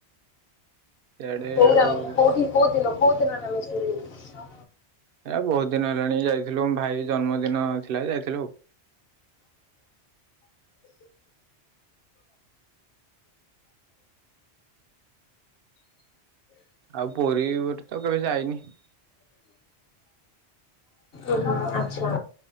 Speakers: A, on the right (about 65°); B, on the left (about 65°).
A: ସିଆଡେ
B: କୋଉ
A: ଆଉ
B: ରାମେଶ୍ୱର କୋଉଠୀ କଉଦିନ । କୋଉଦିନ ରାମେଶ୍ୱର ଯାଇଥିଲ?
A: ଏ ବହୁତ ଦିନ ହେଲାଣି ଯାଇଥିଲୁ ଭାଇ ଜନ୍ମଦିନ ଥିଲା ଯାଇଥିଲୁ । ଆଉ ପୁରୀ ଗୋଟେ ତ କେବେ ଯାଇନି ।
B: ଉଁ ହୁଁ ଆଚ୍ଛା